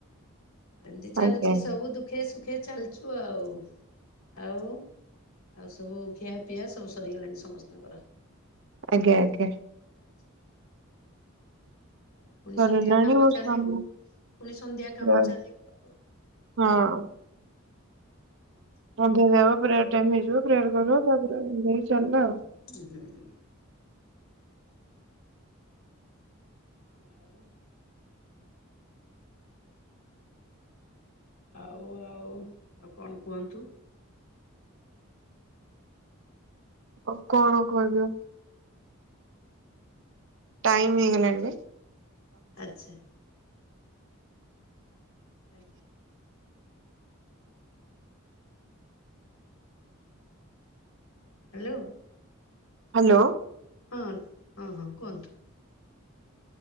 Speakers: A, on the left; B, on the right.
A: ଏମିତି ଚାଲିଛି
B: ଆଜ୍ଞା
A: ସବୁ ଦୁଃଖେ ସୁଖେ ଚାଲୁଚୁ ଆଉ। ଆଉ ଆଉ ସବୁ ଖିଆପିଆ ସବୁ ସରିଗଲାଣି ସମସ୍ତଙ୍କର।
B: ଆଜ୍ଞା ଆଜ୍ଞା।
A: ଆଛା ଆଉ ପୁଣି
B: ସରିଲାଣି
A: ସନ୍ଧ୍ୟା କାମ
B: ମୋ
A: ଚାଲିବ
B: ସ୍ୱାମୀ
A: ପୁଣି ସନ୍ଧ୍ୟା
B: ପୁରା
A: କାମ ଚାଲିବ। ଆଉ।
B: ହଁ।
A: ଆଛା।
B: ସନ୍ଧ୍ୟା ଦେବ ପ୍ରେୟାର ଟାଇମ ହେଇଯିବ ପ୍ରେୟାର କରିଦବ ତାପରେ ଦେଇକି ଚାଲିଲା ଆଉ।
A: ଉଁ ହୁଁ ହୁଁ। ଆଉ ଆଉ ଆଉ ଆଉ କଣ କୁହନ୍ତୁ?
B: ଆଉ କଣ କହିବ ଆଉ? ଟାଇମ୍ ହେଇଗଲାଣି ଯେ।
A: ଆଛା। ଆଜ୍ଞା। ହ୍ୟାଲୋ
B: ହ୍ୟାଲୋ
A: ହଁ ହଁ ହଁ କୁହନ୍ତୁ।